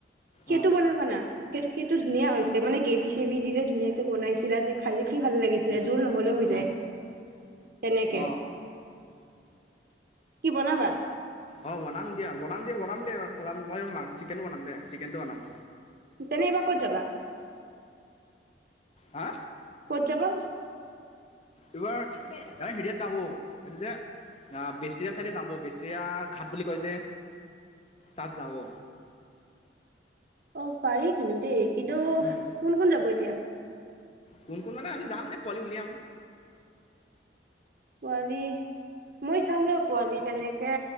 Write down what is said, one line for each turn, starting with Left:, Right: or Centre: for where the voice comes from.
Right: সেইটো
Left: অঁ
Right: বনাবানা সেই সেইটো ধুনীয়া হৈছে মানে গ্ৰেভি গ্ৰেভি দি যে, ধুনীয়াকে বনাইছিলা যে খাই কি ভাল লাগিছিলে,
Left: উম
Right: জোল নহ'লেও হৈ তে
Left: অঁ
Right: ', তেনেকে
Left: অঁ
Right: কি বনাবা?
Left: অ ', বনাম দিয়া- বনাম দিয়া বনাম দে, মই মাংস বনাম দে চিকেনটো বনাম।
Right: তেনে এইবাৰ ক'ত যাবা?
Left: হা
Right: ক'ত যাবা?
Left: এইবাৰ হেৰিয়াত যাম এইটো যে বেচিৰা চাইডে যাম, বেচিৰা ঘাট বুলি কয় যে তাত যাম।
Right: অ', পাৰি কিন্তু দেই। কিন্তু
Left: উম
Right: কোন -কোন যাব এতিয়া?
Left: কোন -কোন মানে আমি যাম দেই পোৱালি উলিয়াম
Right: পোৱালি মই চাম ৰ পোৱালি তেনেকে,